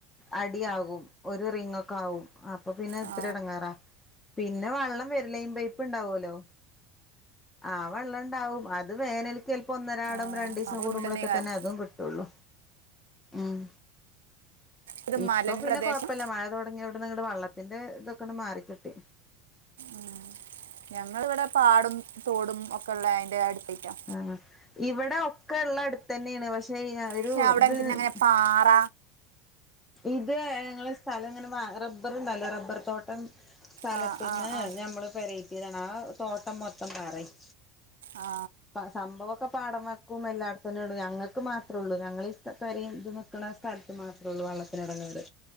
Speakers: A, on the left; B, on the right.
A: അടി ആകും ഒരു റിങ്ങ് ഒക്കെ ആകും അപ്പൊ പിന്നെ
B: ആ,
A: ഇത്ര എടങ്ങാറാ പിന്നെ വള്ളം വെര് ലൈൻ പൈപ്പ് ഇണ്ടാവുല്ലോ ആ വള്ളം ഉണ്ടാവും അത് വേനൽ ക്ക് ചിലപ്പോ ഒന്നരാടം
B: ആ,
A: രണ്ടീസം
B: അപ്പോൾ ബുദ്ധിമുട്ടുണ്ടെങ്കിൽ
A: കൂടുമ്പോൾ ഒക്കെ
B: കാരണം.
A: തന്നെ അതും കിട്ടുള്ളൂ ഉം
B: ഇത്
A: ഇപ്പൊ
B: മലൻ
A: പിന്നെ
B: പ്രദേശം
A: കൊഴപ്പല്ല മഴ തൊട ഞ്ഞഔട്ന്ന്ങ്ങട് വള്ളത്തിന്റെ ഇതൊക്കെ മാറിക്കിട്ടി.
B: ഉം ഞങ്ങള് ഇവിടെ പാടും തോടും ഒക്കെ ഉള്ള അതിന്റെ അട്ത്തെന്നാ
A: ആ ഇവിടെ ഒക്കെ ഉള്ള അടുത്തന്നെയാണ് പക്ഷെ <unintelligible>
B: പക്ഷെ അവിടെ
A: ഇത്
B: പിന്നെങ്ങനെ പാറ
A: ഇത് ഞങ്ങളെ സ്ഥലം ഇങ്ങനെ റബ്ബർ ഉണ്ടല്ലോ റബ്ബർ തോട്ടം സ്ഥലത്തിന്ന്
B: ആ ആ ആ
A: ഞമ്മള് പെരേ കേറ്റിതാണ് ആ തോട്ടം മൊത്തം വേറെയ്ന്
B: ആ
A: പ സംഭവൊക്കെ പാടവക്കും എല്ലാട്ത്തെന്നെള്ളു ഞങ്ങൾക്ക് മാത്രെ ഉള്ളൂ ഞങ്ങൾ ഈ സ്ഥ പെരീം ഇതും നിക്കുന്നസ്ഥലത്ത് മാത്രെ ഉള്ളൂ വള്ള ഒരെടങ്ങേറ്